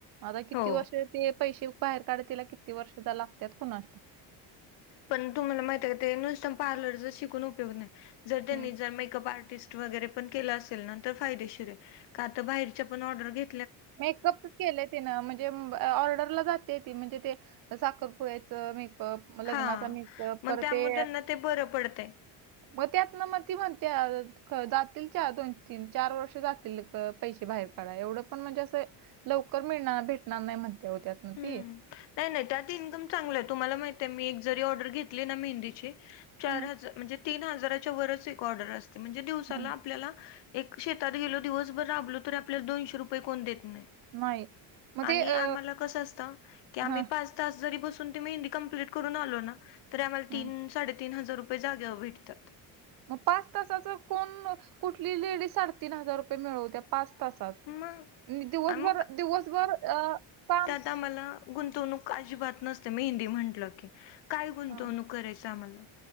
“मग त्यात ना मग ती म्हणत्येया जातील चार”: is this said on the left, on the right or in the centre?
Right